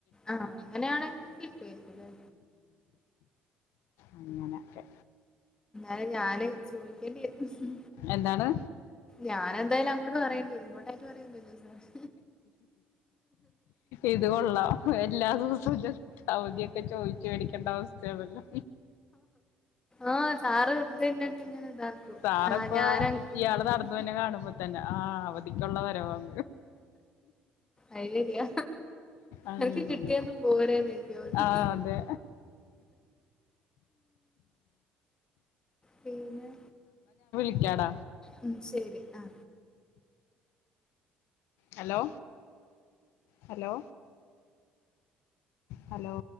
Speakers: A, on the left (about 20°); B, on the left (about 80°).
A: ആ അങ്ങനെയാണെങ്കികിട്ടുവായിരിക്കും ല്ലേ
B: അങ്ങനൊക്കെ
A: അഹ്‌ ഞാാന് ചോദിക്കേണ്ടിരുന്നു
B: എന്താണ്
A: ഞാനെന്തായാലും അങ്ങോട്ട് പറയണ്ടേ ഇങ്ങോട്ടായിട്ട് പറയൊന്നൂല്ല അ
B: ഇത് കൊൊള്ളാം എല്ലാ ദിവസോം ജസ്റ്റ്‌ അവധി കച്ചോയ് ചേടടിക്കേണ്ട അവസ്ഥയാണല്ലോ
A: ആഹ് സാറ് വെറുതെ എന്നിട്ട് ഇങ്ങനെ ഇതാക്കും
B: സാറി
A: ആഹ്
B: പ്പൊ
A: ഞാന അത്
B: ഇയാള് നടന്നു വര്നെ കാണുമ്പോ തന്നെ ആ തിക്കുള്ളവരോം
A: അയ്ലെരിയ
B: അങ്ങനെ
A: എനിക്ക് കിട്ടിയന്നും പോരന്നേക്കതി
B: ആ അതെ
A: പിന്നെ
B: ക്കാടാ
A: ഉം ശരി ആ
B: ഹലോ ഹലോ ഹലോ